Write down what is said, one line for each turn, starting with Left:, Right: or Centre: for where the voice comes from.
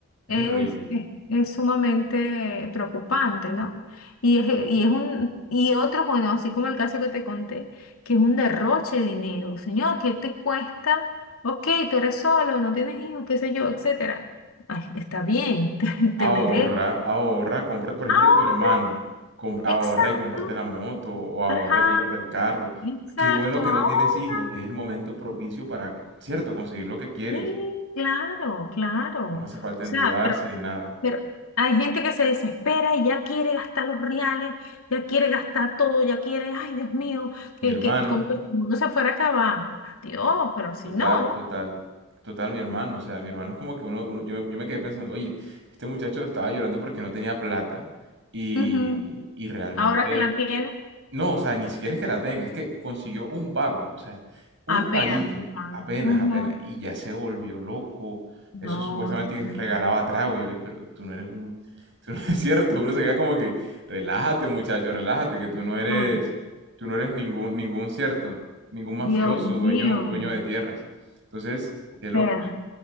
Right: Es
Left: es,
Right: horrible.
Left: es- es sumamente preocupante, ¿no? Y es, y es un, y otro, bueno, así como el caso que te conté, que es un derroche de dinero. Señor, ¿qué te cuesta? Ok, tú eres solo, no tienes hijos, qué sé yo, etcétera. Ay, está bien, <laughs> te,
Right: Ahorra,
Left: te mereces.
Right: ahorra, compra, por ejemplo,
Left: Ahorra,
Right: tu hermano, compra-
Left: exacto,
Right: ahorra y comparte la moto o ahorra
Left: ajá,
Right: y comparte el carro.
Left: exacto,
Right: Qué bueno que
Left: ahorra.
Right: no tienes hijos, es el momento propicio para, cierto, conseguir lo que quieres.
Left: Sí, claro, claro.
Right: No
Left: O
Right: hace falta
Left: sea,
Right: endeudarse
Left: pero
Right: ni nada.
Left: Pero hay gente que se desespera y ya quiere gastar los reales, ya quiere gastar todo, ya quiere, ay, Dios mío, que,
Right: Mi hermano,
Left: que como que si el mundo se fuera a acabar. Dios, pero si
Right: Total,
Left: no,
Right: total, total, mi hermano. O sea, mi hermano es como que uno, uno- yo, yo me quedé pensando, oye, este muchacho estaba llorando porque no tenía plata y,
Left: ujú,
Right: y realmente
Left: Ahora que la tiene,
Right: no, o sea, ni siquiera es que la tenga, es que consiguió un pago, o sea, un
Left: apenas
Right: paguito,
Left: comprado.
Right: apenas,
Left: Ujú.
Right: apenas, y ya se volvió loco.
Left: No,
Right: Eso supuestamente
Left: sí,
Right: que regalaba trago, y yo, "Ey, pero tú no eres un, tú no <laughs> es cierto, uno se queda como que, relájate muchacho, relájate, que tú no eres,
Left: ay,
Right: tú no eres ningún, ningún cierto, ningún mafioso,
Left: Dios mío.
Right: dueño, dueño
Left: O
Right: de tierras. Entonces, de locos,
Left: sea,